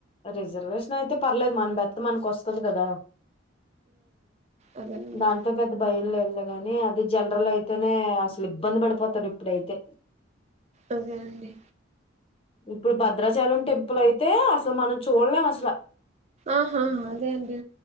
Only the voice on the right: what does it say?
అదేనండి
అదే అండి.
ఆహా అదే అండి